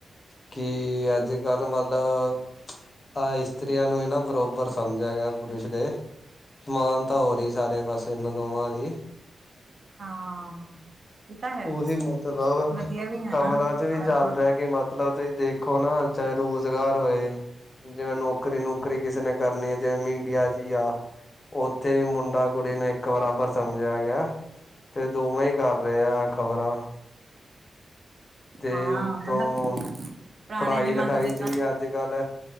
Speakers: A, on the left; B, on the right.
A: ਕਿ ਅੱਜ ਗੱਲ ਮਤਲਬ, ਆ ਇਸਤਰੀਆਂ ਨੂੰ ਵੀ ਨਾ ਬਰੋਬਰ ਸਮਝਿਆਂ ਜਾਏ। ਪੁਰਸ਼ ਦੇ, ਸਮਾਨਤਾ ਹੋ ਰੀ, ਸਾਰੇ ਪਾਸੇ ਇਹਨਾਂ ਦੋਵਾਂ ਦੀ।
B: ਹਾਂ। ਇਹ ਤਾਂ ਹੈ।
A: ਉਹੀ ਮਤਲਬ,
B: ਵਧੀਆ ਵੀ ਹੈ
A: ਖਬਰਾਂ
B: ਨਾ
A: 'ਚ ਵੀ
B: ਪਹਿਲਾਂ
A: ਚੱਲ ਰਿਆ ਕਿ, ਮਤਲਬ ਤੁਸੀ ਦੇਖੋ ਨਾ। ਚਾਏ ਰੋਜ਼ਗਾਰ ਹੋਏ। ਜਿਵੇਂ ਨੌਕਰੀ-ਨੁਕਰੀ ਕਿਸੇ ਨੇ ਕਰਨੀ ਐ ਜਿਵੇਂ ਮੀਡੀਆ ਚੀ ਆ। ਓਥੇ ਵੀ ਮੁੰਡਾ-ਕੁੜੀ ਨੂੰ ਇੱਕ ਬਰਾਬਰ ਸਮਝਿਆ ਗੇਆ, ਤੇ ਦੋਵੇਂ ਈ ਕਰ ਰਏ ਆ। ਖ਼ਬਰਾਂ ਤੇ
B: ਹਾਂ
A: ਉਤੋਂ,
B: ਮਤਲਬ ਪੁਰਾਣੇ
A: ਪੜਾਈ-ਲਖਾਈ
B: ਜਮਾਨੇ
A: ਚ
B: ਤਾਂ
A: ਵੀ ਅੱਜ-ਕੱਲ